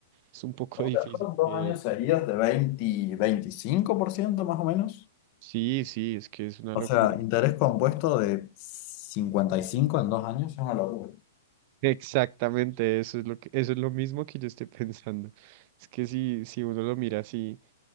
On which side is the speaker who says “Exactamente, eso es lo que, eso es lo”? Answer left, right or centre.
Right